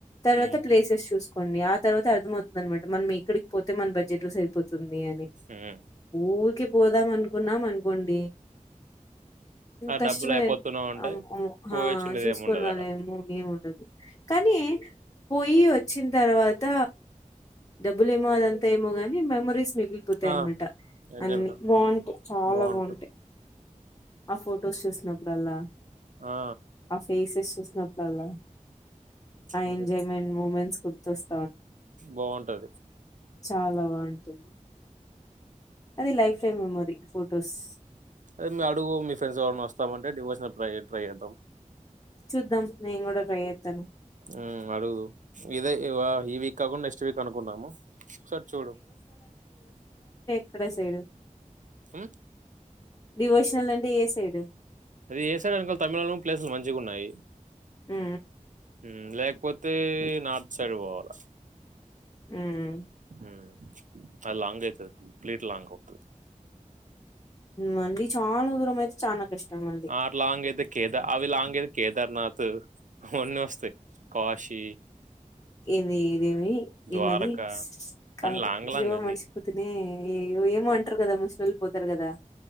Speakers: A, on the left (about 30°); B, on the right (about 70°).
A: తర్వాత
B: ఉమ్,
A: ప్లేసెస్ చూసుకోండి అత్ ఆ తర్వాత అర్థమవుతది అనమాట మనం ఎక్కడికి పోతే మన బడ్జెట్ లో సరిపోతుంది అని
B: ఉమ్.
A: ఊకి పోదాం అనుకున్నాం అనుకోండి
B: ఆ
A: కష్టమే
B: డబ్బులు అయిపోతూనే ఉంటాయి
A: మ్మ్
B: పోయచ్చుండేది
A: ఆ చూసుకునాలేమో
B: ఏమి ఉండదు అడ
A: ఏము ఉండదు కానీ పోయి వచ్చిన తర్వాత డబ్బులు ఏమో అదంతా ఏమో గాని మెమరీస్ మీకు పోతాయి
B: ఆ
A: అనమాట
B: ఎంజాయ్
A: అన్ని బాంటాయి చాలా
B: బాగుంటది
A: బాంటాయి ఆ ఫొటోస్ చూసినప్పుడల్లా
B: ఆ
A: ఆ ఫేసెస్ చూసినప్ డల్లా ఆ
B: అంతే
A: ఎంజాయిమెంట్ ముమెంట్స్ గుర్తుస్త్
B: బాగుంటది
A: చాలా బాగుంటుంది అది లైఫ్ టైమ్ మెమొరి ఫోటోస్
B: అదే మీ అడుగు మీ ఫ్రెండ్స్ ఎవరయినా వస్తామంటే డివోసనల్ ట్రయి ట్రై చేద్దాం
A: చూద్దాం నేను కూడా ట్రై చేత్తాను
B: ఆహ్ అడుగుదువు ఇదే ఈ వా వీక్ కాకుండా నెక్స్ట్ వీక్ అనుకున్నాము ఒకసారి చూడు
A: ఇక్కడే సైడ్
B: ఆహ్
A: డివోషనల్ అంటే ఏ సైడ్
B: అది ఏ సైడ్ అనుకోవాలి తమిళ రూమ్ ప్లేసులు మంచిగా ఉన్నాయి.
A: ఆ
B: ఆహ్ లేకపోతే నార్త్ సైడ్ పోవాల
A: ఉమ్
B: ఆహ్ అది లాంగ్ అయితాది కంప్లీట్ లాంగ్ అవుతాది
A: మళ్లీ చాలా దూరం అయితే చాలా కష్టం మళ్ళీ
B: ఆ లాంగ్ అయితే కేదా అవి లాంగ్ అయి కేదార్నాథ్ మన్న వస్తాయి కాశీ
A: ఏది ఇదేమి
B: ద్వారకా
A: ఈమది కాదు
B: అని లాంగ్ లాంగ్
A: ఇవ
B: అన్ని
A: మర్చిపోతేనే అయ్యోయో ఏమో అంటారు కదా ముసలోళ్లు పోతారు కదా